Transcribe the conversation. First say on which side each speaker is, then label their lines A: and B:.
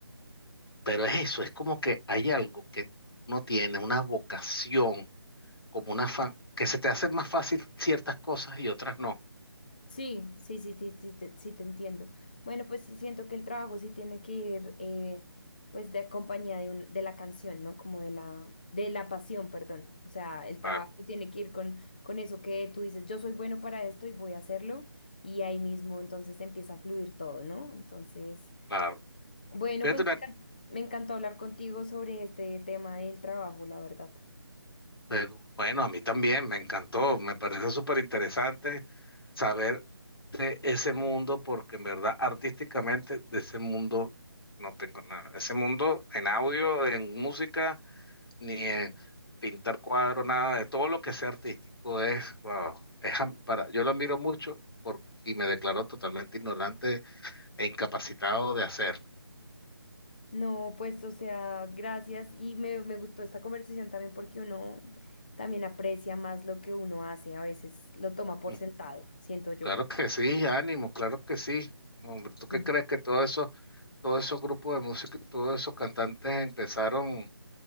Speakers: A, on the left (about 60°); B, on the left (about 20°).
A: Pero es eso, es como que hay algo que uno tiene, una vocación, como una fa- que se te hacen más fácil ciertas cosas y otras no.
B: Sí, sí, sí, sí, sí, te, sí te entiendo. Bueno, pues sí siento que el trabajo sí tiene que ir, eh, pues, de compañía de, un- de la canción, ¿no? Como de la, de la pasión, perdón. O sea, el trabajo
A: Claro,
B: tiene que ir con, con eso que tú dices, yo soy bueno para esto y voy a hacerlo. Y ahí mismo entonces empieza a fluir todo, ¿no? Entonces,
A: claro.
B: bueno,
A: Fíjate
B: pues
A: una-
B: me encan- me encantó hablar contigo sobre este tema del trabajo, la verdad.
A: pero, bueno, a mí también me encantó, me parece súper interesante saber. este, ese mundo, porque en verdad artísticamente de ese mundo no tengo nada. Ese mundo en audio, en música, ni en pintar cuadros, nada de todo lo que sea artístico es, wow, es am- para, yo lo admiro mucho por- y me declaro totalmente ignorante e incapacitado de hacerlo.
B: No, pues, o sea, gracias. Y me, me gustó esta conversación también porque uno también aprecia más lo que uno hace. A veces lo toma por
A: Mm,
B: sentado, siento yo.
A: Claro que sí, ánimo, claro que sí. Hombre, ¿tú qué
B: Sí,
A: crees que todo eso, todos esos grupos de música y todos esos cantantes empezaron?